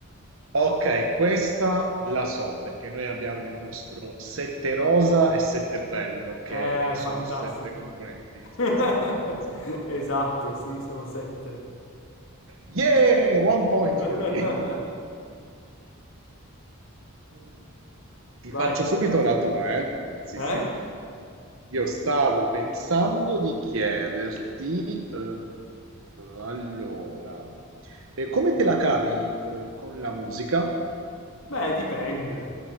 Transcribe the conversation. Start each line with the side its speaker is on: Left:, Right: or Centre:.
Right: Ok, questa la so, perché noi abbiamo il nostro sette rosa e sette bello, che
Left: eh,
Right: eh, sono
Left: fantastico.
Right: sette componenti, sì,
Left: <laughs>
Right: che sono fantastici.
Left: Esatto,
Right: Sì, sì.
Left: sì, sono sette.
Right: Yeah, one point
Left: <laughs>
Right: for me. <laughs> Mh. Ti
Left: Vai,
Right: faccio subito
Left: tocca a te.
Right: la tua, eh. Sì,
Left: Eh?
Right: sì. Io stavo pensando di chiederti, eh, allora, eh, come te la cavi, eh, con la musica?
Left: Beh, dipende.